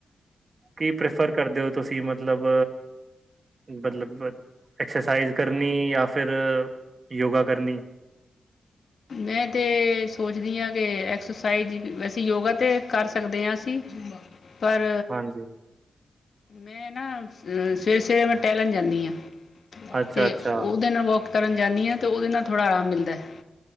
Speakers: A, on the right (about 40°); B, on the left (about 55°).
A: ਕੀ ਪ੍ਰੈਫਰ ਕਰਦੇ ਹੋ ਤੁਸੀਂ ਮਤਲਬ ਮਤਲਬ ਐਕਸਰਸਾਈਜ਼ ਕਰਨੀ ਯਹ ਫਿਰ ਯੋਗਾ ਕਰਨੀ?
B: <inaudible> ਮੈਂ ਤੇ ਸੋਚਦੀ ਹਾਂ ਕਿ ਐਕਸਰਸਾਈਜ਼ ਹੀ, ਵੈਸੇ ਯੋਗਾ ਤਾਂ ਕਰ ਸਕਦੇ ਹਾਂ ਅਸੀਂ। ਪਰ
A: ਹਾਂਜੀ
B: ਮੈਂ ਨਾ ਅ ਸਵੇਰੇ-ਸਵੇਰੇ ਮੈਂ ਟਹਿਲਣ ਜਾਂਦੀ ਹਾਂ।
A: ਅੱਛਾ
B: ਤੇ
A: ਅੱਛਾ
B: ਉਹਦੇ ਨਾਲ ਵੱਕ ਕਰਨ ਜਾਂਦੀ ਹਾਂ ਤੇ ਉਹਦੇ ਨਾਲ ਥੋੜਾ ਆਰਾਮ ਮਿਲਦਾ ਹੈ।